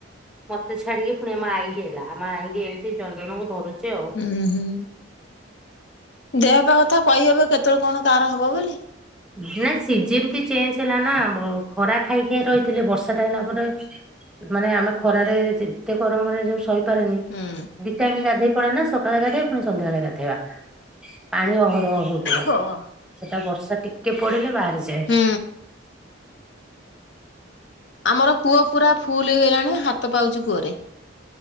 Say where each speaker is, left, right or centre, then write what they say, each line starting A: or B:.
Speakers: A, in the centre; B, on the left.
A: ମତେ ଛାଡିକି ପୁଣି ଆମ ଆଇକି ହେଲା। ଆମ ଆଇକି ହେଇକି ଜଣ ଜଣ କରି ଧରୁଛି। ଆଉ।
B: ହୁଁ ହୁଁ। ଦେହପା କଥା କହିହେବ କେତେବେଳେ କଣ କାର ହବ ବୋଲି।
A: ନା ସିଜନ କି ଚେଞ୍ଜ ହେଲା ନା ଖରା ଖାଇ ଖାଇ ରହି ଥିଲେ ବର୍ଷାଟା ହେଲା ପରେ ମାନେ ଆମେ ଖରାରେ ଯେତେ ଗରମରେ ଯୋଉ ସହି ରଖିପାରେନି
B: ହୁଁ
A: ଦି ଟାଇମ ଗାଧେଇ ପଡେନା ସକାଳେ ଗାଧାଏ ପୁଣି ସନ୍ଧ୍ୟାବେଳେ ଗାଧେଇବା ପାଣି ଅ ହ ହଉଥିବା
B: ହଁ
A: ସେଟା ବର୍ଷା ଟିକେ ପଡିଲେ ବାହାରିଯାଏ।
B: ହୁଁ ଆମର କୂଅ ପୁରା ଫୁଲ ହେଇଗଲାଣି ହାତ ପାଉଛି କୂଅରେ।